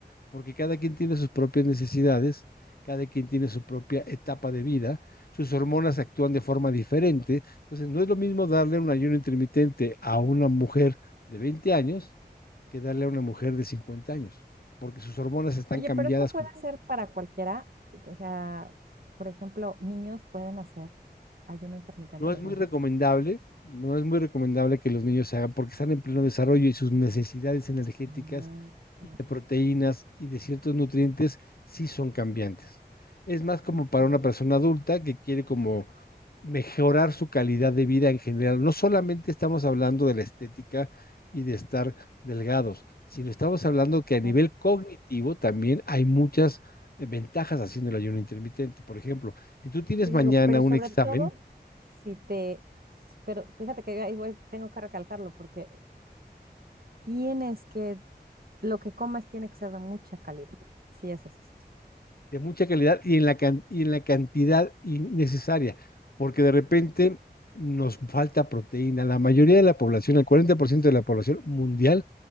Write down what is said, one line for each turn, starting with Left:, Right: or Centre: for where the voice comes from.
Left: porque cada quien tiene sus propias necesidades, cada quien tiene su propia etapa de vida, sus hormonas actúan de forma diferente, entonces no es lo mismo darle un ayuno intermitente a una mujer de 20 años que darle a una mujer de 50 años, porque sus hormonas están
Right: Oye,
Left: cambiadas
Right: pero esto puede ser para cualquiera, o sea, por ejemplo, niños pueden hacer ayuno intermitente
Left: No es
Right: los
Left: muy
Right: niños.
Left: recomendable, no es muy recomendable que los niños se hagan porque están en pleno desarrollo y sus necesidades energéticas
Right: Ah, ya.
Left: y de proteínas y de ciertos nutrientes sí son cambiantes. Es más como
Right: Ujú,
Left: para una persona adulta que quiere como mejorar su calidad de vida en general. No solamente estamos hablando de la estética y de estar delgados, sino estamos hablando que a
Right: claro.
Left: nivel cognitivo también hay muchas eh, ventajas haciendo el ayuno intermitente. Por ejemplo, si tú tienes
Right: Y digo,
Left: mañana
Right: pero
Left: un
Right: sobre
Left: examen,
Right: todo, si te, pero fíjate que yo ahí voy- tengo que recalcarlo porque tienes que, lo que comas tiene que ser de mucha calidad, si ese es esto.
Left: de mucha calidad y en la, can- y en la cantidad necesaria, porque de repente nos falta proteína. La mayoría de la población, el 40% de la población mundial,